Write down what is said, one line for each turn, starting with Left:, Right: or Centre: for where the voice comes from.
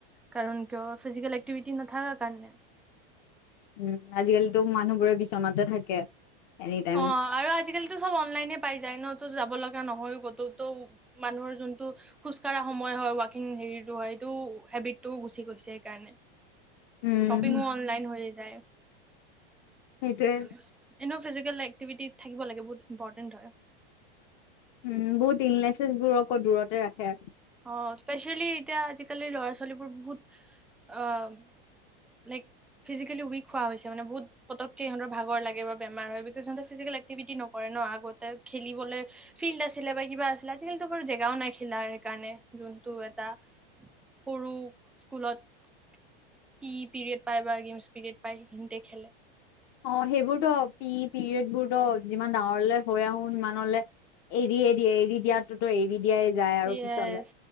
Centre: কাৰণ কিয় ফিজিকেল এক্টিভিটি নাথাকাৰ কাৰণে
Left: উম আজিকালিতো মানুহবোৰে বিচনাতে থাকে এনি টাইম।
Centre: অ আৰু আজিকালিতো চব অনলাইনে পাই যায় ন তো যাব লগা নহয় ক'তো ত মানুহৰ যোনটো খোজকাঢ়া সময় হয় ৱাকিং হেৰিটো হয় এইটো হেবিটটো গুচি গৈছে সেইকাৰণে
Left: উম
Centre: শ্বপিংও অনলাইন হৈ যায়
Left: সেইটোৱে
Centre: সেইকাৰণে। এনেও ফিজিকেল এক্টিভিটিত থাকিব লাগে বহুত ইম্পৰ্টেণ্ট হয়
Left: উম বহুত ইলনেচেছ বোৰকো আকৌ দূৰতে ৰাখে
Centre: অ স্পেচিয়েলি এতিয়া আজিকালি ল'ৰা ছোৱালীবোৰ বহুত আহ লাইক ফিজিকেলি উইক হোৱা হৈছে মানে বহুত পতককে সিহঁতৰ ভাগৰ লাগে বা বেমাৰ হয় বিকজ সিহঁতে ফিজিকেল এক্টিভিটি নকৰে ন আগতে খেলিবলে ফিল্ড আছিলে বা কিবা আছিলে আজিকালিত বাৰু জেগাও নাই খিলাৰ কাৰণে যোনটো এটা সৰু স্কুলত টি পিৰিয়ড পাই বা গেমছ পিৰিয়ড পায় সেইখিনিতে খেলে
Left: অ সেইবোৰতো পি পিৰিয়ড বোৰতো যিমান ডাঙৰলে হৈ আহো সিমানলে এৰিয়ে দিয়ে এৰি দিয়াতোতো এৰি দিয়াই যায়
Centre: য়েছ
Left: আৰু পিছলে